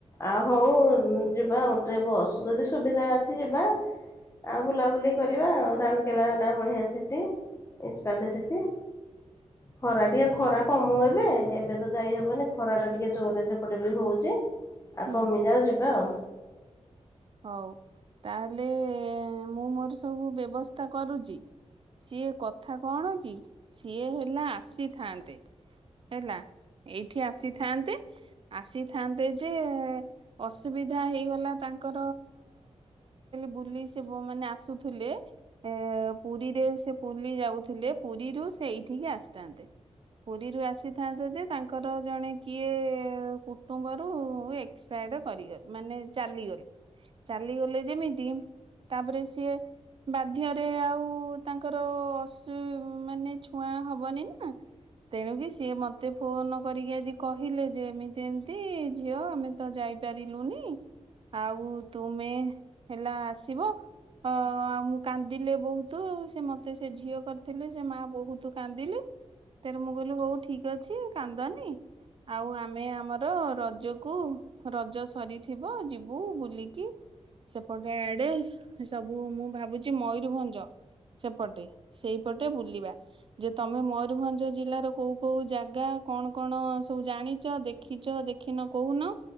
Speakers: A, on the left (about 25°); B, on the right (about 50°).
A: ଆ ହୋଉ ଯିବା ବସ୍ ଯଦି ସୁବିଧା ଅଛି ଯିବା। ଆଉ ବୁଲାବୁଲି କରିବା ଆଉ ରାଉଲକେଲାଟା ବଢିଆ ସେଠି <unintelligible> ଖରା ଟିକେ ଖରା କମୁ ଏବେ ଏବେ ତ ଯାଇହବନି ଖରା ଟା ଟିକେ ଜୋରରେ ସେ ଏପଟେ ବି ହୋଉଚି ଆଉ
B: ହୁଁ
A: କମିଯାଉ ଯିବା ଆଉ।
B: ହଉ ତାହେଲେ ମୁଁ ମୋର ସବୁ ବ୍ୟବସ୍ଥା କରୁଚି। ସିଏ କଥା କଣ କି ସିଏ ହେଲା ଆସିଥାନ୍ତେ ହେଲା। ଏଇଠି ଆସିଥାନ୍ତେ ଆସିଥାନ୍ତେ ଯେ ଅସୁବିଧା ହେଇଗଲା ତାଙ୍କ ତାଚ ବୁ ସେ ମାନେ ଆସୁଥିଲେ ଏ ପୁରୀରେ ସେ ପୁରୀ ଯାଉଥିଲେ ପୁରୀରୁ ସେ ଏଇଠିକି ଆସିଥାନ୍ତେ ପୁରୀରୁ ଆସିଥାନ୍ତେ ଯେ ତାଙ୍କର ଜଣେ କିଏ କୁଟୁମ୍ବ ର ଏକ୍ପ ଗ ମାନେ ଚାଲିଗଲେ ଚାଲିଗଲେ ଯେମିତି ତାପରେ ସିଏ ବାଧ୍ୟରେ ଆଉ ତାଙ୍କର ଅସ ମାନେ ଛୁଆଁ ହବନି ନା ତେଣୁକି ସିଏ ମତେ ଫୋନ କରିକି ଆଜି କହିଲେ ଯେ ଏମିତି ଏମିତି ଝିଅ ଆମେ ତ ଯାଇ କହିପିଲୁନି ଆଉ ତୁମେ ହେଲା ଆସିବ ଅ ଆଉ ମୁଁ କାନ୍ଦିଲେ ବହୁତ ସେ ମତେ ସେ ଝିଅ କରିଥିଲେ ସେ ମା ବହୁତ କାନ୍ଦିଲେ ତରେ ମୁଁ କହିଲି ହୋଉ ଠିକ ଅଛି କାନ୍ଦନି ଆଉ ଆମେ ଆମର ରଜକୁ ରଜ ସରିଥିବ ଯିବୁୁ ବୁଲିକି ସେପଟେ ଆଡେ ସବୁ ମୁଁ ଭାବୁଛି ମୟୂରଭଞ୍ଜ ସେପଟେ ସେଇପଟେ ବୁଲିବା ଯେ ତମେ ମୟୂରଭଞ୍ଜ ଜିଲ୍ଲାର କୋଉ କୋଉ ଜାଗା କଣ କଣ ସବୁ ଜାଣିଛ ଦେଖିଛ ଦେଖିନ କହୁନ